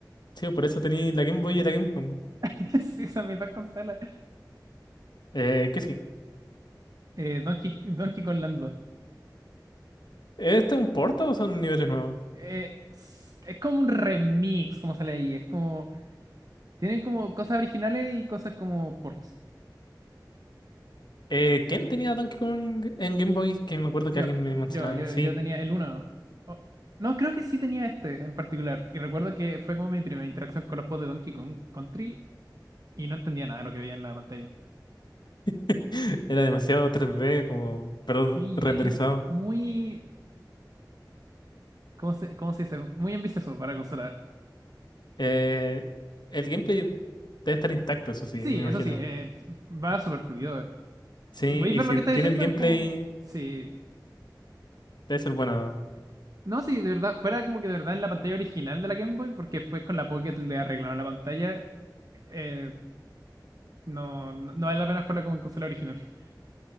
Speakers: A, on the left; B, on the right.
A: sí, por eso tenía la Game Boy y la Gamecom.
B: <laughs> Sí, son mis dos consolas.
A: Eh, que sí.
B: Eh, Donkey, Donkey Kong Land 2.
A: ¿Este es un porto o son niveles nuevos?
B: Eh, es, es como un remix, como sale ahí. Es como. Tienen como cosas originales y cosas como ports.
A: Eh, ¿quién tenía Donkey Kong en Game Boy? Que me acuerdo
B: Yo,
A: que alguien me mencionaba.
B: yo, yo,
A: Sí.
B: yo tenía el uno Oh, no, creo que sí tenía este en particular. Y recuerdo que fue como mi primera interacción con los juegos de Donkey Kong Country y no entendía nada de lo que veía en la pantalla.
A: <laughs> Era demasiado 3D, como, pero
B: Sí,
A: renderizado.
B: es muy. ¿Cómo se, cómo se dice? Muy ambicioso para la consola.
A: Eh, el gameplay debe estar intacto, eso sí,
B: Sí,
A: me imagino.
B: eso sí, eh, va súper fluido. eh.
A: Sí,
B: Si podéis
A: y
B: ver
A: si
B: lo que
A: tiene
B: estáis haciendo,
A: el gameplay,
B: es como. Sí.
A: debe ser bueno.
B: No, sí, de verdad, fuera como que de verdad en la pantalla original de la Game Boy, porque después con la Pocket le arreglaron la pantalla. eh, no, no, no vale la pena jugarla como en consola original. <laughs>